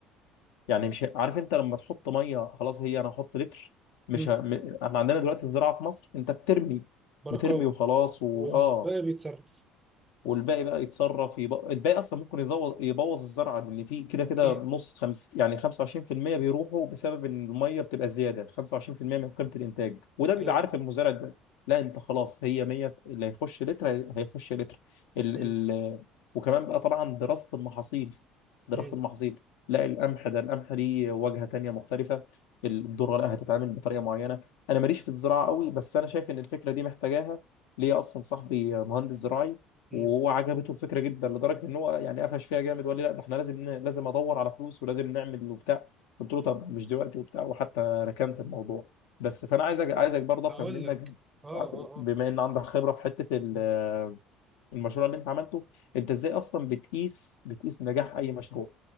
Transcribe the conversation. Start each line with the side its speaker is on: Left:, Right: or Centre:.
Left: يعني مش عارف انت لما تحط ميه خلاص هي انا هحط لتر مش
Right: مم.
Left: ه... م- احنا عندنا دلوقتي الزراعه في مصر انت بترمي
Right: بركاوي
Left: بترمي وخلاص واه
Right: والباقي بيتصرف
Left: والباقي بقى يتصرف يب... الباقي اصلا ممكن يزو- يبوظ الزرعه اللي فيه كده
Right: أكيد
Left: كده نص خمس يعني 25% بيروحوا بسبب ان الميه بتبقى زياده 25% من قيمه الانتاج وده بيبقى
Right: أيوه
Left: عارف المزارع ده لا انت خلاص هي 100 اللي هيخش لتر هي- هيخش لتر ال...
Right: مم.
Left: ال... وكمان بقى طبعا دراسه المحاصيل دراسه
Right: مم.
Left: المحاصيل لا القمح ده القمح ليه واجهه تانيه مختلفه الذره لا هتتعامل بطريقه معينه انا ماليش في الزراعه قوي بس انا شايف ان الفكره دي محتاجاها ليا اصلا صاحبي مهندس زراعي
Right: مم.
Left: وهو عجبته الفكره جدا لدرجه ان هو يعني قفش فيها جامد وقال لي لا ده احنا لازم ن- لازم ادور على فلوس ولازم نعمل وبتاع قلت له طب مش دلوقتي وبتاع وحتى ركنت الموضوع بس فانا عايزك عايزك برضه افهم
Right: أقول
Left: منك
Right: لك آه آه
Left: بما
Right: آه
Left: ان عندك خبره في حته ال-
Right: مم.
Left: المشروع اللي انت عملته انت ازاي اصلا بتقيس بتقيس نجاح اي مشروع